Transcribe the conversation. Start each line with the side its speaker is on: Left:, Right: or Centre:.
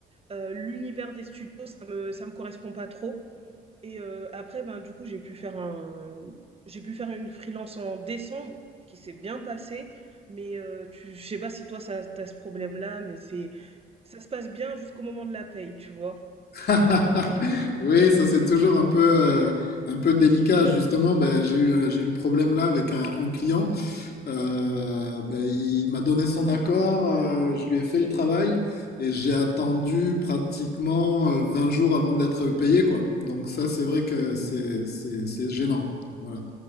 Right: heu, l'univers des studios ça me ça me correspond pas trop et heu, après ben, du coup j'ai pu faire un j'ai pu faire une freelance en décembre qui s'est bien passée mais heu, tu je sais pas si toi ça t'as ce problème-là mais c'est ça se passe bien jusqu'au moment de la paye, tu vois?
Left: <laughs> Oui, ça c'est toujours un peu, euh, un peu délicat. Justement, ben, j'ai eu, euh, j'ai eu le problème là avec un, un client. Euh, ben, il m'a donné son accord, euh, je lui ai fait le travail et j'ai attendu pratiquement euh, 20 jours avant d'être payé, quoi. Donc ça, c'est vrai que c'est, c'est, c'est gênant. Voilà.